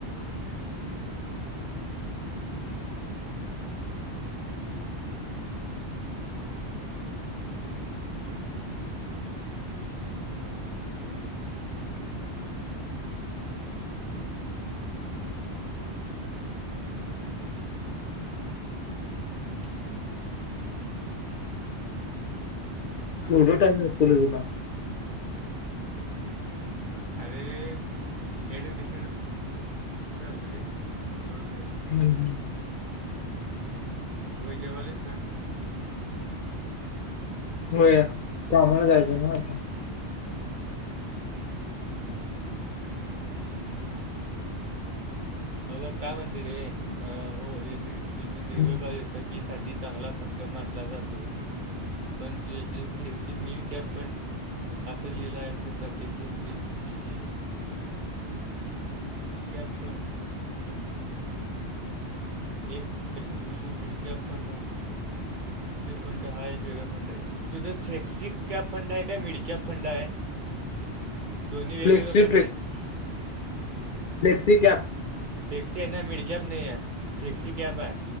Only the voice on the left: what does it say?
केवढं टाईम लागतंय र तुला.
हम् हम.
हो या कामाला जायचं नव्ह आता.
हम्म.
फ्लेक्सी
क्सी क.